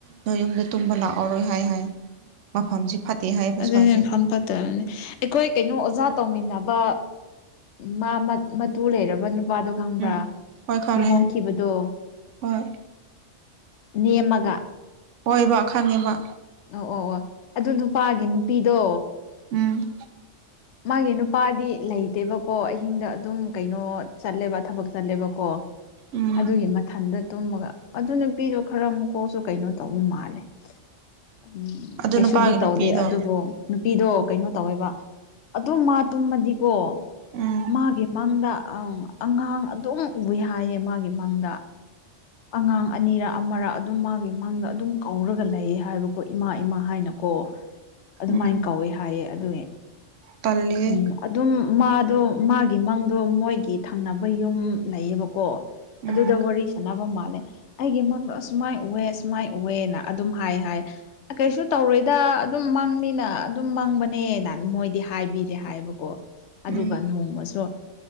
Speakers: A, on the right (about 75°); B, on the left (about 70°).
A: ꯅꯣꯏ ꯌꯨꯝꯗ ꯇꯨꯝꯕ ꯂꯥꯛꯑꯣꯔꯣꯏ ꯍꯥꯏ ꯍꯥꯏ ꯃꯐꯝꯁꯤ ꯐꯠꯇꯦ ꯍꯥꯏꯌꯦꯕ
B: ꯑꯗꯨ
A: ꯁ꯭ꯋꯥꯏꯁꯦ
B: ꯅꯦ ꯐꯝ ꯄꯠꯇꯅꯤꯅꯦ ꯑꯩꯈꯣꯏ ꯀꯩꯅꯣ ꯑꯣꯖꯥ ꯇꯧꯃꯤꯟꯅꯕ ꯃꯥ ꯃꯇꯨ ꯂꯩꯔꯕ ꯅꯨ ꯅꯨꯄꯥꯗꯣ ꯈꯪꯕ꯭ꯔꯥ
A: ꯎꯝ ꯍꯣꯏ ꯈꯪꯉꯦ
B: ꯂꯨꯍꯣꯡꯈꯤꯕꯗꯣ
A: ꯍꯣꯏ
B: ꯅꯦꯝꯃꯒ
A: ꯍꯣꯏꯕ ꯈꯪꯉꯦꯕ
B: ꯑꯣ ꯑꯣ ꯑꯣ ꯑꯗꯨ ꯅꯨꯄꯥꯒꯤ ꯅꯨꯄꯤꯗꯣ
A: ꯎꯝ
B: ꯃꯥꯒꯤ ꯅꯨꯄꯥꯗꯤ ꯂꯩꯇꯦꯕꯀꯣ ꯑꯍꯤꯡꯗ ꯑꯗꯨꯝ ꯀꯩꯅꯣ ꯆꯠꯂꯦꯕ ꯊꯕꯛ ꯆꯠꯂꯦꯕꯀꯣ
A: ꯎꯝ
B: ꯑꯗꯨꯒꯤ ꯃꯊꯟꯗ ꯇꯨꯝꯃꯒ ꯑꯗꯨ ꯅꯨꯄꯤꯗꯣ ꯈꯔ ꯃꯀꯣꯛꯁꯨ ꯀꯩꯅꯣ ꯇꯧꯕ ꯃꯥꯜꯂꯦ ꯎꯝ
A: ꯑꯗꯨ
B: ꯀꯩꯁꯨꯗꯤ
A: ꯅꯨꯄꯥꯒꯤ ꯅꯨꯄꯤꯗꯣ
B: ꯇꯧꯗꯦ ꯑꯗꯨꯕꯨ ꯅꯨꯄꯤꯗꯣ ꯀꯩꯅꯣ ꯇꯧꯋꯦꯕ ꯑꯗꯨ ꯃꯥ ꯇꯨꯝꯃꯗꯤꯀꯣ
A: ꯎꯝ
B: ꯃꯥꯒꯤ ꯃꯪꯗ ꯑ ꯑꯉꯥꯡ ꯑꯗꯨꯝ ꯎꯏ ꯍꯥꯏꯌꯦ ꯃꯥꯒꯤ ꯃꯪꯗ ꯑꯉꯥꯡ ꯑꯅꯤꯔꯑꯃꯔ ꯑꯗꯨꯝ ꯃꯥꯒꯤ ꯃꯥꯡꯗ ꯑꯗꯨꯝ ꯀꯧꯔꯒ ꯂꯩꯌꯦ ꯍꯥꯏꯕꯀꯣ ꯏꯃꯥ ꯏꯃꯥ ꯍꯥꯏꯅꯀꯣ ꯑꯗꯨꯃꯥꯏꯅ
A: ꯎꯝ
B: ꯀꯧꯋꯦ ꯍꯥꯏꯌꯦ ꯑꯗꯨ
A: ꯇꯜꯂꯤꯍꯦ
B: ꯎꯝ ꯑꯗꯨꯝ ꯃꯥꯗꯣ ꯃꯥꯒꯤ ꯃꯪꯗꯣ ꯃꯣꯏꯒꯤ ꯊꯪꯅꯕ ꯌꯨꯝ ꯂꯩꯌꯦꯕꯀꯣ ꯑꯗꯨꯗ
A: ꯎꯝ
B: ꯋꯥꯔꯤ ꯁꯥꯟꯅꯕ ꯃꯥꯜꯂꯦ ꯑꯩꯒꯤ ꯃꯪꯗꯣ ꯑꯁꯨꯃꯥꯏ ꯎꯋꯦꯅ ꯑꯁꯨꯃꯥꯢ ꯎꯋꯦ ꯑꯗꯨꯝ ꯍꯥꯏ ꯍꯥꯏ ꯀꯩꯁꯨ ꯇꯧꯔꯣꯏꯗ ꯑꯗꯨꯝ ꯃꯪꯅꯤꯅ ꯑꯗꯨꯝ ꯃꯪꯕꯅꯦꯅ ꯃꯣꯏꯗꯤ ꯍꯥꯏꯕꯤꯔꯦ ꯍꯥꯏꯕꯀꯣ ꯑꯗꯨꯒ
A: ꯎꯝ
B: ꯅꯣꯡꯃꯁꯨ